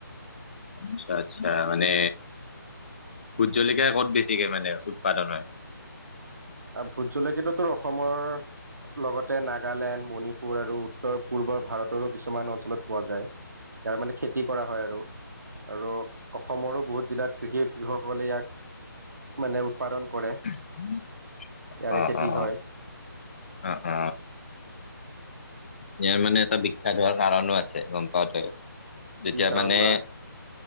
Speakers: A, on the left; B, on the right.
A: আচ্ছা আচ্ছা মানে ভোট জলকীয়া ক'ত বেছিকে মানে উৎপাদন হয়
B: ভোট জলকীয়াটো তোৰ অসমৰ লগতে নাগালেণ্ড মণিপুৰ আৰু উত্তৰ পূৰ্বৰ ভাৰতৰো কিছুমান অঞ্চলত পোৱা যায় তাৰ মানে খেতি কৰা হয় আৰু আৰু অসমৰো বহুত জিলাত কৃষি কৃষকসকলে ইয়াক মানে উৎপাদন কৰে
A: <unintelligible>
B: ইয়াৰে
A: অ
B: খেতি
A: অ
B: হয়
A: অ অ ইয়াৰ মানে এটা বিখ্যাত হোৱাৰ কাৰণো আছে গম পাৱ তই যেতিয়া
B: কি কাৰণ
A: মানে
B: বা